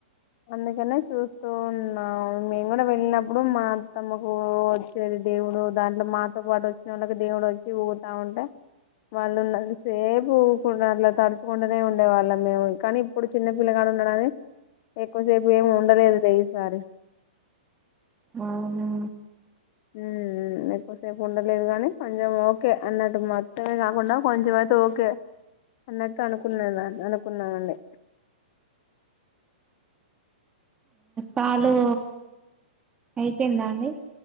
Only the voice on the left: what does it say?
అందుకనే చూస్తూ ఉన్నాం. మేము కూడా వెళ్ళినప్పుడు మా అత్తమ్మకు వచ్చేది దేవుడు. దాంట్లో మాతో పాటు వచ్చిన వాళ్ళకి దేవుడు వచ్చి ఊగుతూ ఉంటే వాళ్ళు సేపు ఊకు అంట్లో తడుచుకుంటూనే ఉండేవాళ్ళ మేము. కానీ ఇప్పుడు చిన్నపిల్లగాడ ఉన్నడని ఎక్కువసేపు ఏమి ఉండలేదు. ఈసారి
ఊఉ ఎక్కువసేపు ఉండలేదు కానీ కొంచెం ఓకే అన్నట్టు, మొత్తమే కాకుండా కొంచెం అయితే ఓకే అన్నట్టు అనుకున్నాద అనుకున్నానండి.